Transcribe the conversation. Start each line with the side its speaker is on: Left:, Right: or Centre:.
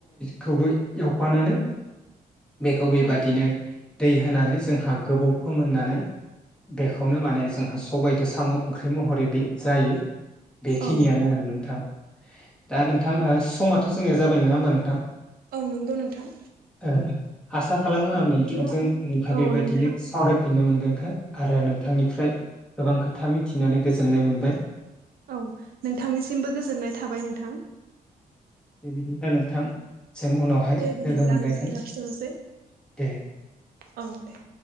Centre: खौबो एवफानानै बेखौ बेबादिनो
Right: औ
Centre: दै होनानै जोंहा गोबौ फोमोननानै बेखौनो माने जोंहा सबायजों साम' ओंख्रि महरै बे जायो बेखिनियानो
Right: औ
Centre: आरो नोंथां दा नोंथां ओ समाथ' जोंनिया जाबाय नङा होमबा नोंथां?
Right: औ नंगौ नोंथां।
Centre: ओ आसा खालामो आङो
Right: बिदिब्ला
Centre: नोंथां जोंहाय
Right: औ
Centre: बेबायदिनो
Right: नोंथां।
Centre: सावरायफिननो मोनगोनखो। आरो नोंथांनिफ्राय गोबां खोथा मिथिनानै गोजोननाय मोन बाय।
Right: औ नोंथांनिसिमबो गोजोननाय थाबाय नोंथां।
Centre: दे बिदिब्ला नोंथां। जों उनावहाय
Right: दे बिदिब्ला
Centre: लोगो मोनलायगोन
Right: नोंथां लाखिथ'नोसै
Centre: दे
Right: <inaudible> औ दे।